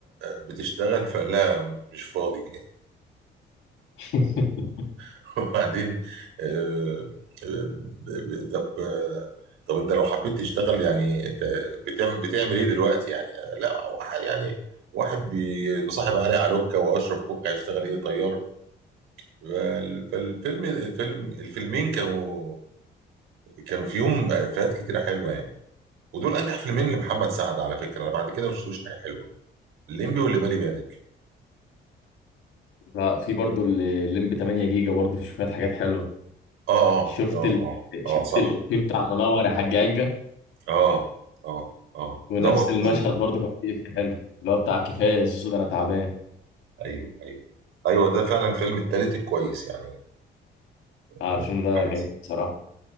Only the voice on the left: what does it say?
<laughs>
لا في برضه الليمبي 8 جيجا برضه في شويه حاجات حلوه
شفت
ال...
شفت
الافيه بتاع منور يا حاج عجه
ونفس
المشهد برضه كان فيه افيه حلو اللي هو بتاع كفايه يا سوسو ده انا تعبان
اه الفيلم ده
جميل
بصراحه